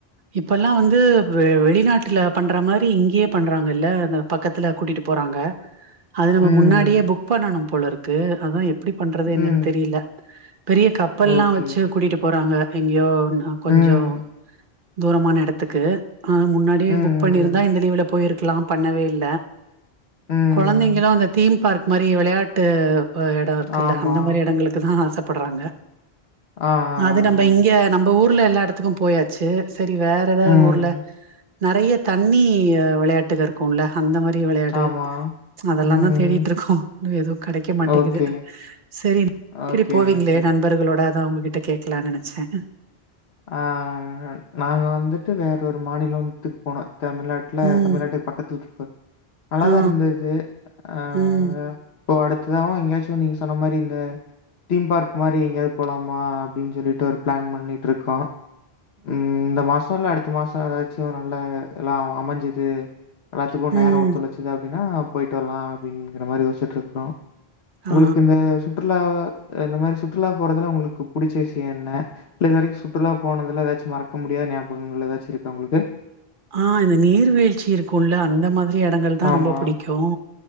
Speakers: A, on the right (about 55°); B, on the left (about 80°).
A: இப்பெலா வந்து வெ வெளிநாட்ல பண்ற மாரி இங்க்யே பண்றாங்க இல்ல அந்த பக்கத்துல கூட்டிட்டு போறாங்க அது நம்ம
B: ம்.
A: முன்னாடியே புக் பண்ணனு போல இருக்கு அதா எப்டி பண்றது
B: ம்.
A: என்னன்னு தெரில்ல பெரிய கப் பல்
B: ஓகே.
A: லா வெச்சு கூட்டிட்டு போறாங்க எங்க்யோ
B: ம்.
A: கொஞ்சோ தூரமான எடத்துக்கு அ முன்னாடியே
B: ம். ம்.
A: புக் பண்ணிருந்தா இந்த லீவுல போய்ருக்கலாம் பண்ணவே இல்ல
B: ம். ம்.
A: கொழந்தெங்களு அந்த தீம் பார்க் மாரி வெளையாட்டு அ டார்க்குல்ல
B: ஆமா.
A: அந்த மாரி எடங்களுக்கு தா ஆச பட்றாங்க
B: ஆ, ஆ,
A: அது
B: ஆ,
A: நம்ப
B: ஆ.
A: இங்க நம்ப ஊர்ல எல்லா எடத்துக்கு போயாச்சு செரி வேற எதா
B: ம்.
A: ஊர்ல நறயா தண்ணி விளையாட்டுக கூ ல்ல அந்த மாரி வெளையாடு
B: ஆமா.
A: அதெல்லாந்தா
B: ம்.
A: தேடிட்டுருக்கோ இன்னு எதூ கெடைக்க மாட்டேங்கிது
B: ஓகே.
A: செரி
B: ஓகே,
A: ரிப் போவீங்களே
B: ஓகே.
A: நண்பர்களோடா அதா உங்ககிட்ட கேக்கலான்னு நெனச்சே
B: அ நாங்க வந்துட்டு வேறொரு மாநிலோத்துக்கு போனோ தமிழ்நாட்ல
A: ம்
B: தமிழ்நாட்டுக் பக்கத்துல இருக்றது அழகா
A: ஆ
B: இருந்துது ஆ
A: ம்
B: இப்போ அடுத்ததாவு எங்க்யாச்சு நீங்க சொன்ன மாரி இந்த தீம் பார்க் மாரி எங்கெயாவ்து போலாமா அப்டின்னு சொல்லிட்டு ஒரு ப்ளான் பண்ணி ருக்கோ ம் இந்த மாசோ இல்ல அடு த்து மாசோ எதாச்சு நல்லா எல்லா அமிஞ்சுது எல்லாத்துக்கு நேரோ
A: ம்
B: ஒத்தொழ சுது அப்டின்னா போய்ட்டு வரலா அப்டிங்கிற மாரி யோசிட்ருக்கோ உங்களுக்கு
A: ஆ
B: இந்த சுற்றுலா இந்த மாரி சுற்றுலா போறதுல உங்களுக்கு புடுச்ச விஷ்யொ என்ன இல்ல இதுவரைக்கு சுற்றுலா போனதுல எதாச்சு மறக்க முடியாத ஞாபகங்கள் எதாச்சு இருக்கா உங்களுக்கு
A: ஆ இந்த நீர்வீழ்ச்சி இருக்குல அந்த மா ரி எடங்கள் தா
B: ஆமா.
A: ரொம்ப புடிக்கு